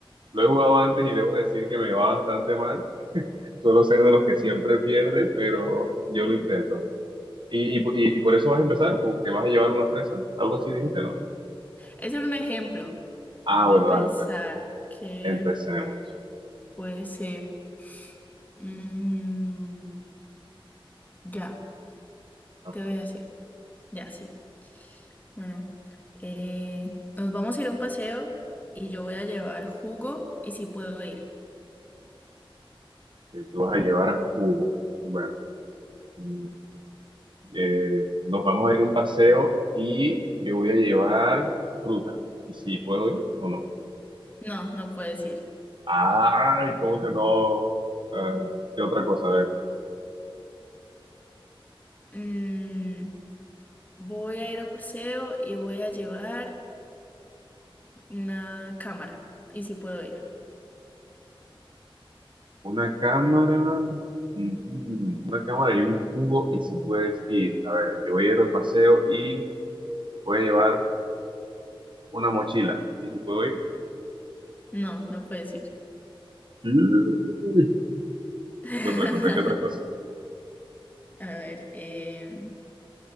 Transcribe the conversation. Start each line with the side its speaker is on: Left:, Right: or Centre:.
Right: Lo he jugado antes y debo decir que me va bastante mal. Suelo ser de los que siempre pierde, pero yo lo intento. ¿Y, y, y y por eso vas a empezar? ¿Porque vas a llevar una fresa? Algo así dijiste, ¿no?
Left: Ese era un ejemplo.
Right: Ah,
Left: Voy
Right: bueno,
Left: a pensar
Right: dale pues.
Left: que
Right: Empecemos.
Left: puede ser. Mm, ya,
Right: Ajá.
Left: te voy a decir. Ya, sí. Bueno, eh, nos vamos a ir a un paseo y yo voy a llevar jugo y si puedo ir.
Right: Que Tú vas a llevar a Cubo. Bueno, mm, eh, nos vamos a ir a un paseo y yo voy a llevar fruta. ¿Y si puedo ir o no?
Left: No, no puedes ir.
Right: Ay, ¿cómo que no? Eh, ¿qué otra cosa? A ver,
Left: mm, voy a ir a un paseo y voy a llevar una cámara. ¿Y si puedo ir?
Right: una cámara, ujú, una cámara y un cubo y si puedes ir. A ver, yo voy a ir al paseo y voy a llevar una mochila. ¿Y si puedo ir?
Left: No, no puedes ir.
Right: Mm,
Left: <laughs>
Right: ¿Qué otra cosa? ¿Qué otra cosa?
Left: A ver, em,